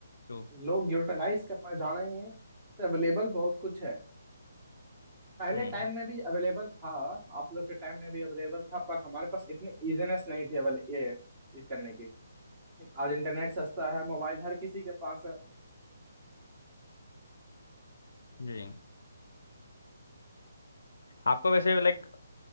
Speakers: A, on the left; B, on the right.
A: तो
B: लोग यूटिलाइज करना जानेंगे तो अवेलेबल बहुत कुछ है पहले
A: हम्म
B: टाइम में भी अवेलेबल था आप लोग के टाइम में भी अवेलेबल था पर हमारे पास इतने इजीनेस नहीं थे अवेल ये ये करने की आज इंटरनेट सस्ता है मोबाइल हर किसी के पास है
A: जी आपको वैसे लाइक